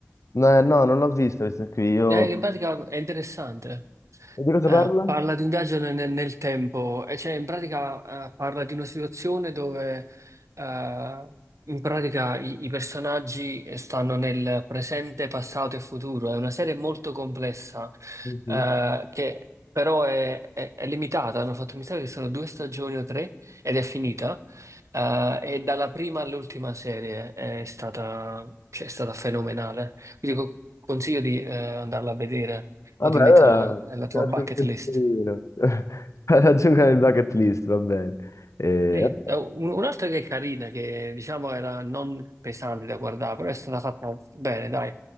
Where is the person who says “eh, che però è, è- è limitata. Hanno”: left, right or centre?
Right